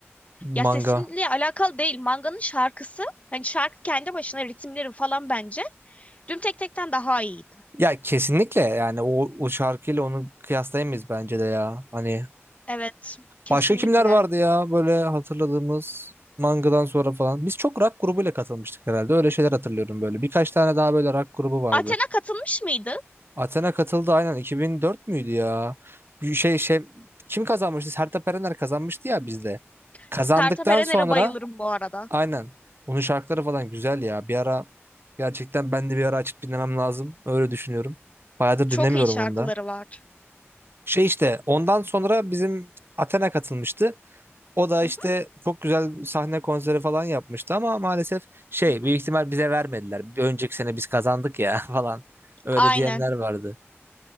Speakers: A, on the right; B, on the left.
A: Manga.
B: Ya sesinle alakalı değil. Manganın şarkısı hani şarkı kendi başına ritimleri falan bence Düm Tek Tek'ten daha iyiydi.
A: Ya kesinlikle yani o, o şarkıyla onu kıyaslayamayız bence de ya. Hani
B: Evet, kesinlikle.
A: başka kimler vardı ya böyle hatırladığımız mangadan sonra falan. Biz çok rock grubuyla katılmıştık herhalde. Öyle şeyler hatırlıyorum böyle. Birkaç tane daha böyle rock grubu vardı.
B: Athena katılmış mıydı?
A: Athena katıldı aynen 2004 müydü ya? Bir şey şey kim kazanmıştı? Sertab Erener kazanmıştı ya bizde. Kazandıktan
B: Sertab Erener'e
A: sonra
B: bayılırım bu arada.
A: Aynen. Onun şarkıları falan güzel ya. Bir ara gerçekten ben de bir ara açıp dinlemem lazım. Öyle düşünüyorum. Bayağıdır
B: Çok
A: dinlemiyorum
B: iyi şarkıları
A: onu da.
B: var.
A: Şey işte ondan sonra bizim Athena katılmıştı. O da
B: Hı
A: işte
B: hı,
A: çok güzel sahne konseri falan yapmıştı ama maalesef şey
B: hı hı.
A: büyük ihtimal bize vermediler. Bir önceki sene biz kazandık ya <laughs> falan. Öyle
B: Aynen.
A: diyenler vardı.